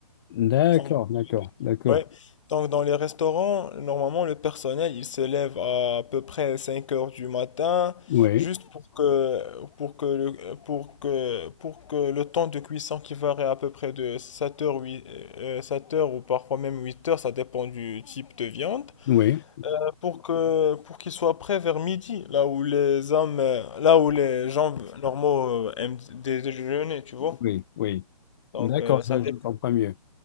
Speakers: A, on the left; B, on the left.
A: d'accord,
B: Donc,
A: d'accord, d'accord.
B: euh, ouais. Donc, dans les restaurants, normalement, le personnel, il se lève à, peu près cinq heures du matin,
A: Oui,
B: juste pour que, pour que, le, pour que, pour que le temps de cuisson qui varie à peu près de 7h, sept heures ou parfois même huit heures ça dépend du type de viande
A: oui,
B: euh, pour que pour qu'ils soient prêts vers midi, là où les hommes, euh, là où les gens normaux euh, aiment dé- déjeuner, tu vois.
A: oui, oui.
B: Donc
A: D'accord,
B: euh, ça
A: je,
B: dépend.
A: je comprends mieux,